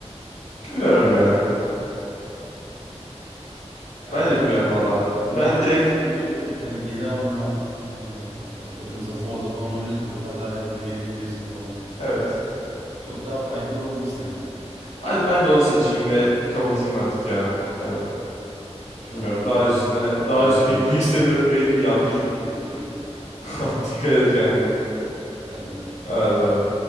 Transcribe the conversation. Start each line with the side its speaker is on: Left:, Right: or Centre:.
Left: Bilmiyorum ya.
Right: Ya
Left: Ben de
Right: bilmiyorum.
Left: bilmiyorum valla. Ben
Right: Rewind
Left: direkt
Right: bence çok yani geri alma e, atıyorum mesela Forza falan oynuyoruz ki o kaza yaptığında geri gidiyorsun falan.
Left: evet.
Right: Çok daha faydalı olur sanki.
Left: Hadi ben de onu seçeyim ve kapatayım artık ya. Yani
Right: Çoğunluk
Left: bilmiyorum. Daha
Right: çoğunluk
Left: üstüne
Right: teşekkür
Left: daha
Right: diye
Left: üstüne
Right: tahmin
Left: gitmek <laughs> istemiyorum. Beynim yandı çünkü.
Right: ediyorum.
Left: <laughs> Dikkat et kendine.
Right: <laughs> Sen de.
Left: Hadi bay bay.